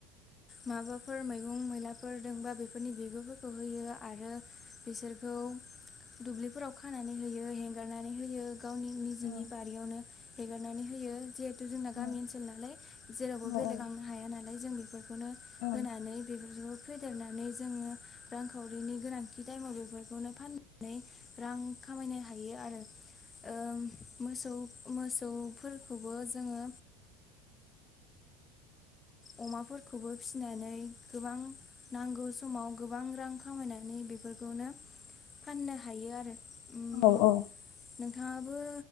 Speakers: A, on the left (about 25°); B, on the left (about 65°).
A: माबाफोर मैगं मैलाफोर दोंबा बेफोरनि बिगुरफोरखौ होयो आरो बिसोरखौ दुब्लिफोराव खानानै होयो हेंगारनानै होयो। गावनि निजेनि
B: औ औ
A: बारियावनो हेगारनानै होयो। जोंना
B: औ
A: गामि ओनसोल नालाय जेरावबो
B: नंगौ
A: बेलेग आंनो हाया नालाय जों बे खौनो
B: नोंथां
A: होनानै बेफोरखौ फेदेरनानै जोङो रांखावरिनि गोनांथि टाइमाव बेफोरखौनो फाननानै रां खामायनो हायो आरो। ओम मोसौ मोसौफोरखौबो जोङो अमाफोरखौबो फिसिनानै गोबां नांगौ समाव गोबां रां खामायनानै बेफोरखौनो फाननो हायो आरो। ओम नोंथाङाबो
B: औ औ